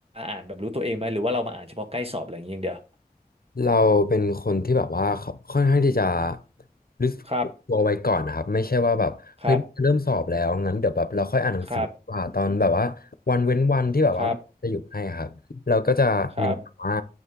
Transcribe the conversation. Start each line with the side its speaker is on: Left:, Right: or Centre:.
Right: อ่านแบบรู้ตัวเองไหม หรือว่าเรามาอ่านเฉพาะใกล้สอบอะไรอย่างเงี้ยอย่างเดียว
Left: เราเป็นคนที่แบบว่าค่ค่อนข้างที่จะรู้สึกตัวไว้ก่อนนะครับไม่ใช่ว่าแบบเฮ้ยเริ่มสอบแล้วงั้นเดี๋ยวแบบเราค่อยอ่านหนังสือดีกว่าตอนแบบว่าวันเว้นวันที่แบบว่าจะหยุดให้อะครับเราก็จะเน้นแบบว่า
Right: ครับครับครับครับครับ